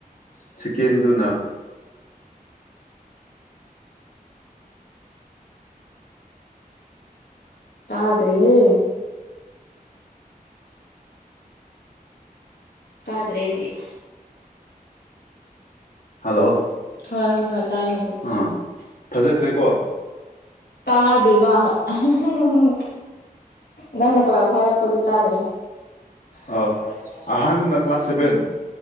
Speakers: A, on the left (about 60°); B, on the left (about 90°).
A: ꯁꯤꯀꯦꯟꯗꯨꯅ
B: ꯇꯗ꯭ꯔꯦꯍꯦ ꯇꯗ꯭ꯔꯦ ꯑꯩꯗꯔ꯭ꯤ
A: ꯍꯜꯂꯣ
B: ꯍꯣꯏ ꯍꯣꯏ ꯍꯣꯏ ꯇꯥꯏ ꯍꯧꯖꯤꯛ
A: ꯑꯥ ꯐꯖꯈ꯭ꯔꯦꯀꯣ
B: ꯇꯥꯗꯦꯕ <unintelligible> ꯅꯪꯅ ꯀ꯭ꯂꯥꯁ ꯍꯥꯏꯔꯛꯄꯗꯨ ꯇꯥꯗ꯭ꯔꯦ
A: ꯑꯣ ꯑꯍꯥꯟꯗꯨꯅ ꯀ꯭ꯂꯥꯁ ꯁꯚꯦꯟ